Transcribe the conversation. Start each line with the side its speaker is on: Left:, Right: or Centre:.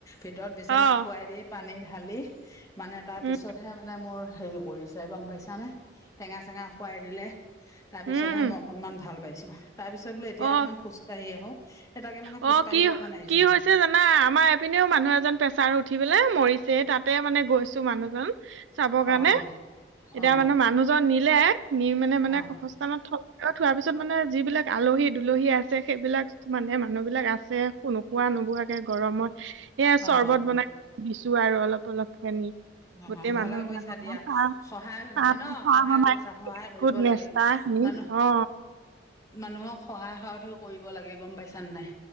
Left: ভিতৰত বিছনা
Right: অহ
Left: পানী ঢালি মানে তাৰ
Right: উম
Left: পিছতহে মানে মোৰ হেৰি কৰিছে গম পাইছা নে টেঙা চেঙা খুৱাই দিলে তাৰপিছতহে
Right: উম
Left: মই অকণমান ভাল পাইছোঁ তাৰ পিছত বোলো এতিয়া
Right: অ
Left: অকণমান খোজকাঢ়ি আহো এ তাকে মানে
Right: অ
Left: খোজ কাঢ়িবৰ
Right: কি
Left: কাৰণে আহিছো
Right: কি হৈছে জানা আমাৰ এপিনেও মানুহ এজন প্ৰেছাৰ উঠি পেলাই মৰিছে তাতে মানে গৈছো মানুহজন চাবৰ কাৰণে
Left: অ
Right: এতিয়া
Left: অ
Right: মানে মানুহজন নিলে নি মানে মানে
Left: অ
Right: কবৰস্থান থলে। থোৱাৰ পিছত মানে যিবিলাক আলহী দুলহী আছে সেইবিলাক মানে মানুহ বিলাক আছে নোখোৱা নোবোৱাকে গৰমত সেয়া চৰ্বত
Left: অ
Right: বনাই আৰু অলপ অলপ কানি
Left: অ
Right: গোটেই
Left: অ
Right: মানুহৰ
Left: ভালে কৰিছা দিয়া
Right: চাহ
Left: সহায় হৈছে ন সহায় কৰিছা সহায় কৰিব
Right: বনাইছ
Left: লাগে
Right: না
Left: মানুহ
Right: অ
Left: মানুহক সহায় সাৰথিও কৰিব লাগে গম পাইছানে নাই।